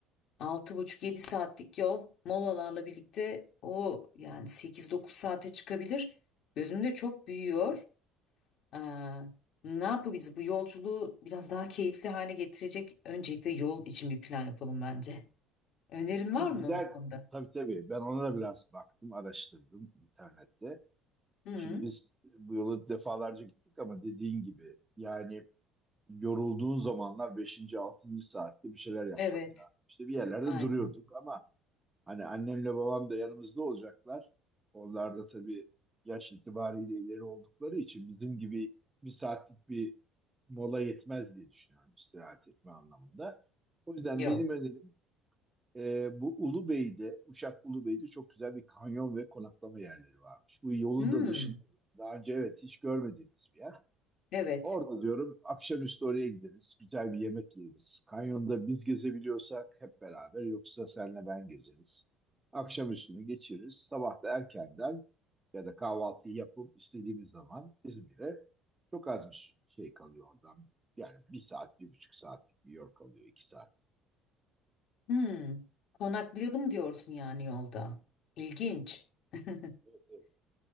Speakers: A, on the left; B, on the right.
A: Altı buçuk yedi saatlik yol molalarla birlikte o yani sekiz dokuz saate çıkabilir. Gözümde çok büyüyor. E, ne yapabiliriz? Bu yolculuğu biraz daha keyifli hale getirecek öncelikle yol için bir plan yapalım bence. Önerin
B: Şimdi
A: var mı
B: gider
A: bu konuda?
B: tabii tabii ben ona da biraz baktım araştırdım internette.
A: Hı,
B: Şimdi biz bu yola defalarca gittik ama dediğin gibi yani yorulduğun zamanlar beşinci altıncı saatte bir şeyler yapmak
A: evet
B: lazım. İşte bir yerlerde
A: aynen
B: duruyorduk ama hani annemle babam da yanımızda olacaklar. Onlar da tabii yaş itibariyle ileri oldukları için bizim gibi bir saatlik bir mola yetmez diye düşünüyorum istirahat etme anlamında. O yüzden
A: yok.
B: benim önerim ee, bu Ulubey'de, Uşak Ulubey'de çok güzel bir kanyon ve konaklama yerleri varmış. Bu yolun
A: Hı.
B: da dışında. Daha önce evet hiç görmediğimiz bir yer.
A: Evet.
B: Orada diyorum akşamüstü oraya gideriz. Güzel bir yemek yeriz. Kanyonda biz gezebiliyorsak hep beraber yoksa senle ben gezeriz. Akşamüstünü geçiririz. Sabah da erkenden ya da kahvaltıyı yapıp istediğimiz zaman İzmir'e çok az bir şey kalıyor oradan. Yani bir saat, bir buçuk saatlik bir yol kalıyor, iki saat.
A: Hmm. Konaklayalım diyorsun yani yolda. İlginç. <laughs>
B: Evet, evet.